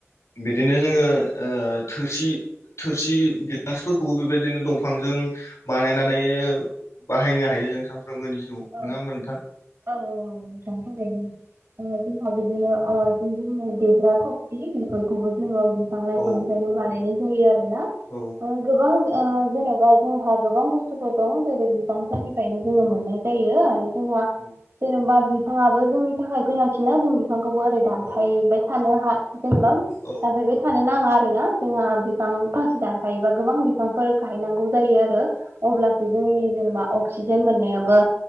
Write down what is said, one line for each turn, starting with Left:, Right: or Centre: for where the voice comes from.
Left: बिदिनो जोङो थोरसि थोरसि गिलासफोरखौबो बेबायदिनो दंफांजों बानायनानैनो बाहायनो हायो जों सानफ्रोमबोनि जिउआव
Right: औ
Left: नङा होमबा नोंथां
Right: औ नंगौ नोंथां थारैनो जोंहा बिदिनो देग्रा थफथि बेफोरखौबो जोङो
Left: औ
Right: खौबो बानाय जायो आरोना
Left: औ
Right: गोबां जेन'बा जोंहा गोबां बुस्थुफोर दं जेरै बिफांफोरनिफ्रायनो जोङो मोननाय जायो आरो जोंहा
Left: औ
Right: जेनेबा बिफाङाबो जोंनि थाखाय गोनांथिना जोंनि बिफांखौबो ओरै दानफायबाय
Left: औ
Right: थानो हा जेनेबा
Left: औ
Right: दानफायबाय थानो नाङा आरो ना जोंहा बिफां फांसे दानफायोबा गोबां बिफांफोर गायनांगौ जायो आरो अब्लासो जोंनि जेनेबा अक्सिजेन मोननायाबो